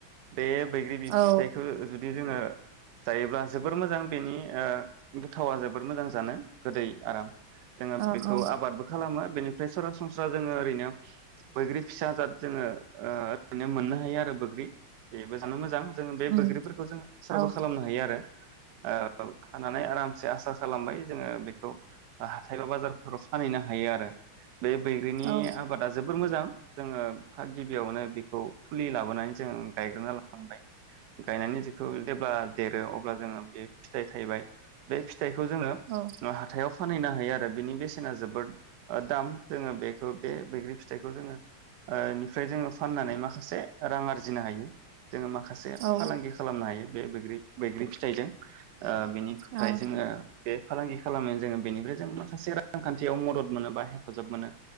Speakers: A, on the right; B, on the right.
A: बे बैग्रि बि
B: औ
A: फिथाइखो जुदि जोङो जायोब्ला जोबोर मोजां बेनि ओ गोथावा जोबोर मोजां जानो गोदै। आराम जोङो
B: औ
A: बेखौ
B: औ
A: आबादबो खालामो बेनि बेनिफ्राय सरासनस्रा जोङो ओरैनो बैग्रि फिसा जाद जोङो ओरैनो मोननो हायो आरो बैग्रि बेबो जानो मोजां। जोङो बे
B: उम
A: बैग्रिफोरखौ जोङो आसारबो
B: औ
A: खालामनो हायो आरो ओ औ खानानै आरामसे आसा खालामबाय जोङो बेखौ हाथाय बा बाजारफोराव फानहैनो हायो आरो। बे बैग्रिनि
B: औ
A: आबादा जोबोद जोबोर मोजां जोङो हा गिबियावनो बिखौ फुलि लाबो लाबोनानै जों गायग्रोना लानांबाय गायनानै बेखौ जेब्ला देरो अब्ला जोङो बे फिथाइ थायबाय‌ बे फिथ- फिथाइखौ जोङो
B: औ
A: ओ हाथ फानहैनो हायो आरो बिनि बेसेना जोबोद दाम जोङो बेखौ बे बैग्रि फिथ फिथाइखौ जोङो ओ निफ्राय जोङो फाननानै माखासे रां आरजिनो हायो। जोङो माखासे
B: औ
A: फालांगि खालामनो हायो। बे बोग्रि बैग्रि फिथाइजों ओ बिनिफ्राय
B: औ
A: जोङो बे फालांगि खालामो जोङो बेनिफ्राय जों माखासे रांखान्थियाव मदद मोनो बा हेफाजाब मोनो‌।